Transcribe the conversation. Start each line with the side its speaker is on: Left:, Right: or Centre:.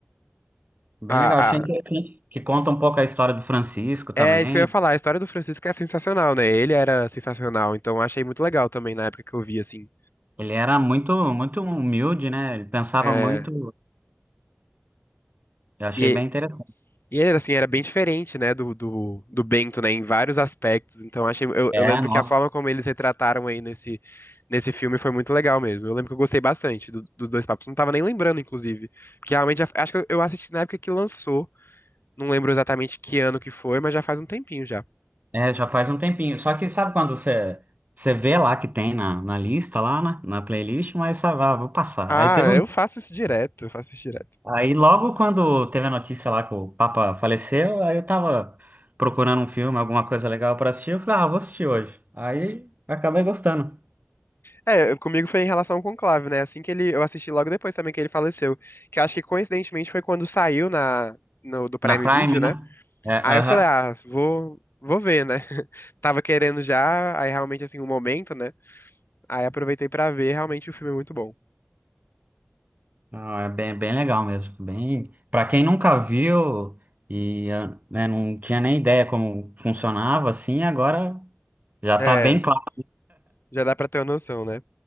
Right: Bem
Left: Ah,
Right: legal.
Left: ah,
Right: Achei interessante. Que conta um pouco a história do Francisco também.
Left: é isso que eu ia falar, a história do Francisco é sensacional, né? Ele era sensacional, então eu achei muito legal também na época que eu vi, assim.
Right: Ele era muito, muito humilde, né? Ele pensava
Left: É,
Right: muito. Eu achei
Left: e
Right: bem interessante.
Left: E era assim, era bem diferente, né, do, do, do Bento, né, em vários aspectos. Então, achei, eu,
Right: É,
Left: eu lembro
Right: nossa.
Left: que a forma como eles retrataram aí nesse, nesse filme foi muito legal mesmo. Eu lembro que eu gostei bastante do- dos dois papos. Não tava nem lembrando, inclusive. Porque realmente, já- acho que eu assisti na época que lançou. Não lembro exatamente que ano que foi, mas já faz um tempinho já.
Right: É, já faz um tempinho. Só que sabe quando você, você vê lá que tem na, na lista, lá na, na playlist, mas sabe, ah, vou passar.
Left: Ah,
Right: Aí teve um.
Left: eu faço isso direto, eu faço isso direto.
Right: Aí logo quando teve a notícia lá que o Papa faleceu, aí eu tava procurando um filme, alguma coisa legal pra assistir, eu falei, ah, vou assistir hoje. Aí acabei gostando.
Left: É, eu- comigo foi em relação ao Conclave, né? Assim que ele, eu assisti logo depois também que ele faleceu, que eu acho que coincidentemente foi quando saiu na no, do Prime
Right: Na Prime,
Left: Video,
Right: né?
Left: né?
Right: É, aham.
Left: Aí eu falei, ah, vou, vou ver, né? <laughs> Tava querendo já, aí realmente assim, o momento, né? Aí aproveitei pra ver, realmente o filme é muito bom.
Right: Não, é bem, bem legal mesmo. Bem... para quem nunca viu e ah, né, não tinha nem ideia como funcionava assim, agora já
Left: É,
Right: tá bem claro.
Left: já dá pra ter uma noção, né?